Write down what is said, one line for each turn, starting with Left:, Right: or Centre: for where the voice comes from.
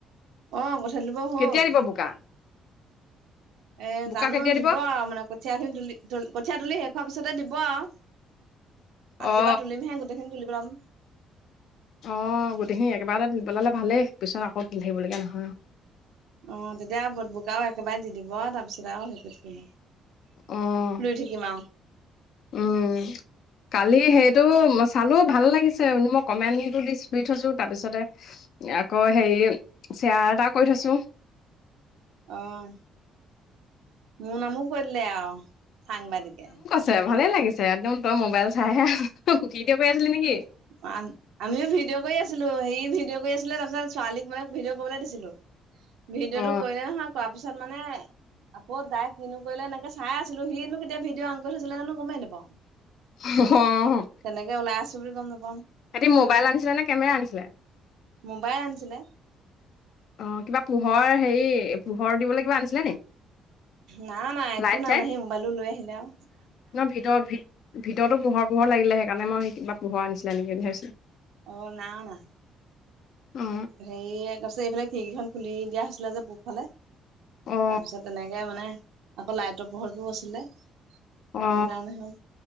Right: অ কঠীয়া তুলিবৰ হ'ল।
Left: কেতিয়া দিব বোকা
Right: এ
Left: বোকা
Right: জানো
Left: কেতিয়া
Right: দিব আৰু মানে ক কঠীয়াখিনি তুলি তু কঠীয়া তুলি শেষ হোৱাৰ পিছতে দিব আৰু।
Left: অ
Right: আজিৰপৰা
Left: অ
Right: তুলিমহে গোটেইখিনি তুলি পেলাম।
Left: অঁ' গোটেইখিনি একেবাৰতে তুলি পেলালে ভালেই পিছত আকৌ তুলি থাকিবলগীয়া নহয়।
Right: অঁ, তেতিয়া আৰু বট বুকাও একেবাৰে দি দিব ইও তাপিছত আৰু হেই কৰি থাকি নাই-
Left: অঁ'
Right: লৈ থাকিম আও।
Left: উম' কালি হেইটো চালোঁ ভাল লাগিছে মই কমেণ্টো দি থৈছোঁ, তাপিছতে- আকৌ হেৰি শ্বেয়াৰ এটা কৰি থৈছোঁ।
Right: অঁ', মো নামো কৈ দিলে আও সংবাদিকে।
Left: ছে ভালে লাগিছে একদম তই মোবাইল চাইহে আ ভিডিঅ' কৰি আছিলি নেকি?
Right: পান। আমিও ভিডিঅ' কৰি আছিলো হেৰী ভিডিঅ' কৰি আছিলে তাৰপিছত ছোৱালিক মানে ভিডিঅ' কৰিবলে দিছিলো। ভিডিঅ'টো
Left: অ
Right: কৰিলে নহয় কৱা পিছত মানে- আকৌ তাই কিনো কৰিলে এনেকে চাই আছিলো সিনো কেতিয়া ভিডিঅ অন কৰি থৈছিলে জানো গমে নাপাওঁ।
Left: হ হ অঁহ।
Right: তেনেকে ওলাই আছোঁ বুলি গম নাপা-
Left: হেঁতি মোবাইল আনিছিলে নে কেমেৰা আনিছিলে?
Right: মোবাইল আনিছিলে।
Left: অ' কিবা পোহৰ হেৰি পোহৰ দিবলে কিবা আনিছিলে নি?
Right: না অনা একো
Left: লাইট
Right: না
Left: চাইট
Right: অনা সি মোবাইলটো লৈ আহিলে আও।
Left: ন ভিতৰত ভিত ভিতৰটো পোহৰ পোহৰ লাগিলে সেইকাৰণে মই কিবা পোহৰ আনিছিলে নেকি বুলি ভাবিছিলোঁ।
Right: অ' নাই অনা।
Left: অ
Right: হেৰিয়ে তাপিছত এইফালে খিৰিকিখন খুলি দিয়া হৈছিলে যে পূৱফালে।
Left: অ
Right: তাপিছত তেনেকে মানে আকৌ লাইটৰ পোহৰিটোও আছিলে। সেইটো
Left: অ
Right: কাৰণে হ'ল